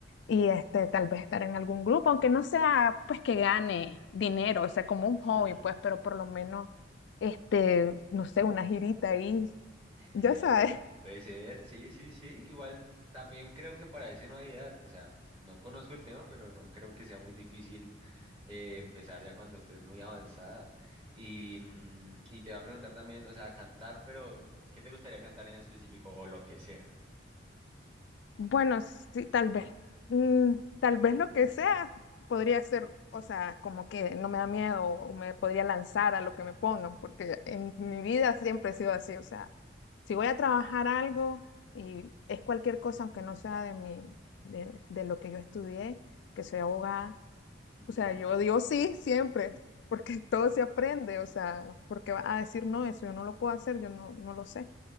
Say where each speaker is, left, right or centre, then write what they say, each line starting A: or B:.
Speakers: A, on the left; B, on the right.
A: Y este, tal vez estar en algún grupo, aunque no sea pues que gane dinero, o sea, como un
B: ujú.
A: hobby, pues, pero por lo menos este, no sé, una girita ahí,
B: Eh,
A: ya sabes. <laughs>
B: puede ser, sí, sí, sí. Igual también creo que para eso no hay edad, o sea, no conozco el tema, pero no creo que sea muy difícil eh, empezar ya cuando estés muy avanzada. Y, mm, y te va a preguntar también, o sea, cantar, pero ¿qué te gustaría cantar en específico o lo que sea?
A: Bueno, sí, tal vez, mm, tal vez lo que sea podría ser, o sea, como que no me da miedo o me podría lanzar a lo que me pongan, porque en mi vida siempre he sido así, o sea, si voy a trabajar algo y es cualquier cosa, aunque no sea de mi, de, de lo que yo estudié, que soy abogada,
B: Ujú,
A: o sea, yo digo sí siempre, porque <laughs> todo se aprende, o sea, porque va a decir no, eso yo no lo puedo hacer, yo no, no lo sé.